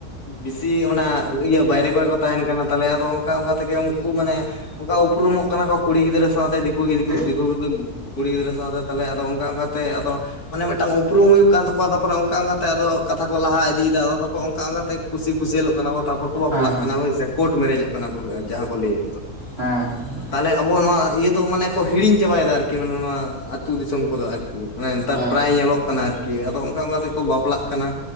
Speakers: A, on the left (about 75°); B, on the right (about 40°).
A: ᱵᱮᱥᱤ ᱚᱱᱟ ᱤᱭᱟᱹ ᱵᱟᱭᱨᱮ ᱠᱚᱨᱮ ᱠᱚ ᱛᱟᱦᱮᱱ ᱠᱟᱱᱟ ᱛᱟᱞᱮ ᱟᱫᱚ ᱚᱱᱠᱟ ᱚᱱᱠᱟ ᱛᱮᱜᱮ ᱩᱱᱠᱩ ᱢᱟᱱᱮ ᱚᱱᱠᱟ ᱩᱯᱨᱩᱢᱚᱜ ᱠᱟᱱᱟ ᱠᱚ, ᱠᱩᱲᱤ ᱜᱤᱫᱽᱨᱟᱹ ᱥᱟᱶᱛᱮ ᱫᱤᱠᱩ ᱫᱤᱠᱩ
B: ᱦᱮᱸ
A: ᱠᱚ ᱠᱩᱲᱤ ᱜᱤᱫᱽᱨᱟᱹ ᱥᱟᱶᱛᱮ ᱛᱟᱦᱞᱮ ᱟᱫᱚ ᱚᱱᱠᱟ ᱚᱱᱠᱟ ᱛᱮ ᱟᱫᱚ ᱢᱟᱱᱮ ᱢᱤᱫᱴᱟᱝ ᱩᱯᱨᱩᱢ ᱦᱩᱭᱩᱜ ᱠᱟᱱ ᱛᱟᱠ ᱟᱠᱚ ᱛᱟᱯᱚᱨᱮ ᱚᱱᱠᱟ ᱚᱱᱠᱟᱛᱮ ᱟᱫᱚ ᱠᱟᱛᱷᱟ ᱠᱚ ᱞᱟᱦᱟ ᱤᱫᱤᱭᱮᱫᱟ, ᱟᱫᱚ ᱛᱟᱨᱯᱚᱨ ᱚᱱᱠᱟ ᱚᱱᱠᱟ ᱛᱮ ᱠᱩᱥᱤ ᱠᱩᱥᱞᱚᱜ ᱠᱟᱱᱟ ᱠᱚ ᱛᱟᱨᱯᱚᱨ ᱠᱚ ᱵᱟᱯᱞᱟᱜ
B: ᱦᱮᱸ ᱦᱮᱸ
A: ᱠᱟᱱᱟ ᱦᱳᱭ ᱥᱮ ᱠᱳᱨᱴ ᱢᱮᱨᱮᱡᱚᱜ ᱠᱟᱱᱟ ᱠᱚ ᱡᱟᱦᱟᱸ ᱠᱚ ᱞᱟᱹᱭᱮᱫ ᱠᱚ
B: ᱦᱮᱸ, ᱦᱮᱸ᱾
A: ᱛᱟᱦᱚᱞᱮ ᱟᱵᱚ ᱱᱚᱣᱟ ᱤᱭᱟᱹ ᱫᱚ ᱢᱟᱱᱮ ᱠᱚ ᱦᱤᱲᱤᱧ ᱪᱟᱵᱟᱭᱮᱫᱟ ᱟᱨᱠᱤ, ᱢᱟᱱᱮ ᱱᱚᱣᱟ ᱟᱹᱛᱩ ᱫᱤᱥᱚᱢ ᱠᱚᱫᱚ ᱟᱹᱨᱠᱤ ᱾ ᱢᱟᱱᱮ ᱱᱮᱛᱟᱨ
B: ᱦᱮᱸ
A: ᱯᱨᱟᱭ ᱧᱮᱞᱚᱜ ᱠᱟᱱᱟ ᱟᱨᱠᱤ, ᱟᱫᱚ ᱚᱱᱠᱟ ᱚᱱᱠᱟ ᱛᱮᱠᱚ ᱵᱟᱯᱞᱟᱜ ᱠᱟᱱᱟ᱾